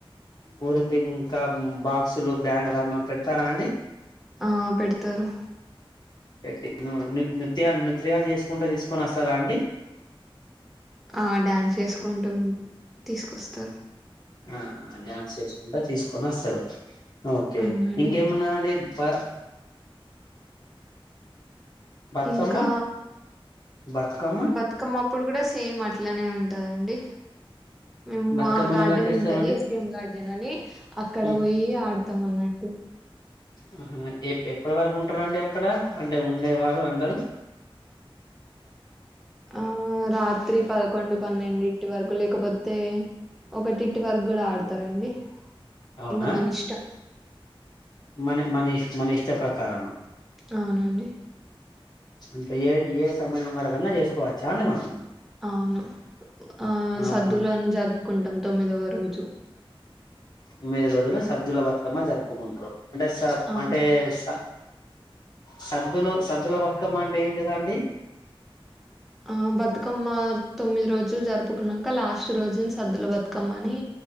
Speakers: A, on the left; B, in the centre.
A: ఓలింపి ఇంకా బాక్సులు బ్యాండడ్లు ఏమ పెడతారా అండి
B: ఆ పెడతారు
A: పెట్టి నృత్యాలు నృత్యాలు చేసుకుంటే తీసుకొని వస్తారా అండి
B: ఆ డ్యాన్స్ చేసుకుంటూ తీసుకొస్తారు
A: ఆ డ్యాన్స్ చేసుకుంటా తీసుకొని వస్తరు ఓకే
B: అవునండి
A: ఇంకేమన్నా అండి బా బతుకమ్మ
B: ఇంకా
A: బతుకమ్మ
B: బతుకమ్మ అప్పుడు గూడా సేమ్ అట్లనే ఉం టదండి మేము
A: బతుకమ్మని
B: మా గార్డెన్
A: ఎలా చేస్తారండి
B: ఉంటది, ఎస్పిఎం గార్డెన్ అని అక్కడ
A: ఉ
B: ఒయి ఆడతం అన్నట్టు.
A: ఆహా, ఎ ఎప్పటి వరకు ఉంట్రండి అక్కడ అంటే ఉండేవారు అందరూ.
B: ఆ, రాత్రి ప కొండు పన్నెండిటి వరకు లెక్ కపొత్తే ఒకటి ఇటి వరకు గూడా ఆడతరండి
A: అవునా
B: ఇంగ మనిష్టం
A: మన మనష్ మన ఇష్ట ప్రకారమ.
B: అవునండి
A: అంటే ఏ ఏ సమయం వరకన్నా జేసుకోవచ్చా అండి మనము
B: అవును ఆ
A: ఆహా
B: సద్దులన్ జరుపుకుంటం తొమ్మిదవ రోజు
A: ఇమ్మిది రోజులు సద్జుల బతుకమ్మ జరుపుకుంట్రు అంటే సాబ్
B: ఆ
A: అంటే స సద్దులు సద్దుల బతుకమ్మ అంటే ఏంటిదండి.
B: ఆ బతుకమ్మ తొమ్మిది రోజులు జరుపుకున్నంక లాస్ట్ రోజుని సద్దుల బతుకమ్మ అని